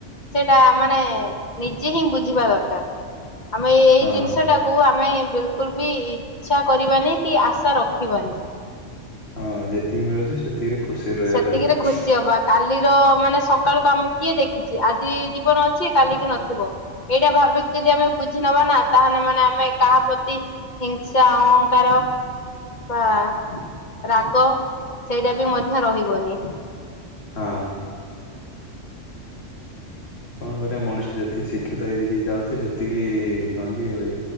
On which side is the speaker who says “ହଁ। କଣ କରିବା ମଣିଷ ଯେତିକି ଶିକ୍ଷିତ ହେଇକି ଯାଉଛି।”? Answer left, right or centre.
Left